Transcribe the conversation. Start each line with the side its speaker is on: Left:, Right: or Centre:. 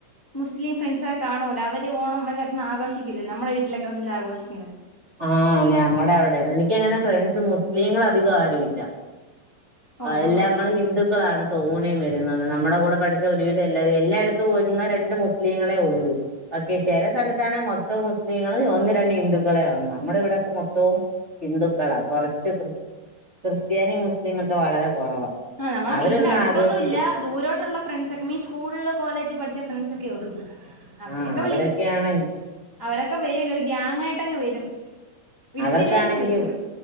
Centre: മുസ്ലിം ഫ്രണ്ട്സ് ഒക്കെ കാണുമല്ലൊ അവര് ഓണം വല്തായിട്ടൊന്നും ആഘോഷിക്കില്ലല്ലോ നമ്മളെ വീട്ടിലൊക്കെ വന്നല്ലെ ആഘോഷിക്കുന്നത്.
Right: ആഹ് ഞമ്മടെ അവിടെ എനിക്കങ്ങനെ ഫ്രണ്ട്സ് മുസ്ലിങ്ങൾ അധികം ആരു ഇല്ല്യാ
Centre: ഓ അമ്മക്കൊണ്ട്
Right: എല്ലാം നമ്മള് ഹിന്ദുക്കളാണ്. തോനിം വരുന്നത് നമ്മുടെ കൂടെ പഠിച്ചത് ഒരുവിധല്ലയെല്ലാരും എല്ലായിടത്തും ഒന്നോ രണ്ടോ മുസ്ലിങ്ങളെ ഉള്ളൂ. ഓക്കെ ചില സ്ഥലത്താണെങ്കി മൊത്തം മുസ്ലിങ്ങളും ഒന്ന് രണ്ട് ഹിന്ദുക്കളെ കാണു ആ നമ്മടെ ഇവിടെയൊക്കെ മൊത്തവും ഹിന്ദുക്കളാ കൊറച്ച് ക്രിസ് ക്രിസ്ത്യാനി മുസ്ലിംമൊക്കെ വളരെ കുറവാ.
Centre: ആഹ് നമ്മടെ
Right: അവരൊന്നും
Centre: വീടിന്റെ അടുത്തൊന്നും
Right: ആഘോഷിക്കും
Centre: ഇല്ല ദൂരോട്ട് ട്ടുള്ള ഫ്രണ്ട്സ് ഒക്കെ മീൻസ് സ്കൂള് കോളേജ് പഠിച്ച ഫ്രണ്ട്സ് ഒക്കെ ഉള്ളൂ അവരൊക്കെ
Right: ആഹ് അവരൊക്കെയാണെങ്കി
Centre: വിളിക്കും അവരൊക്കെ വരും ഒരു ഗ്യാങ്ങ് ആയിട്ടങ്ങ് വരും. വിളിച്ചില്ലേലും
Right: അവർക്കാണെങ്കിൽ
Centre: വരും.